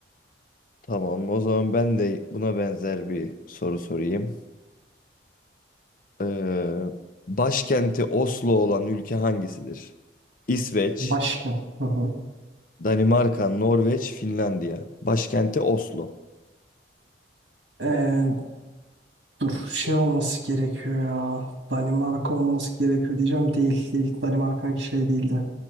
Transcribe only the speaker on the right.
Başka? Hı hı.
Ee, dur şey olması gerekiyor ya. Danimarka olması gerekiyor diyeceğim. Değil değil. Danimarka'nınki şey değildi.